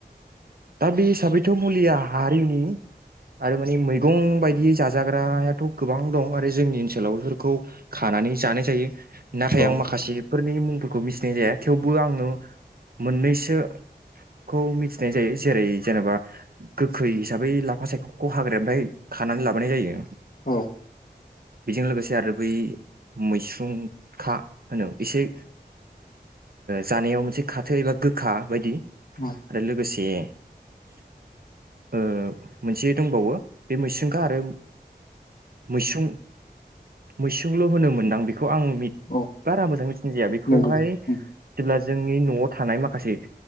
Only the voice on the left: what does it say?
औ
औ
औ
औ
नंगौ उम,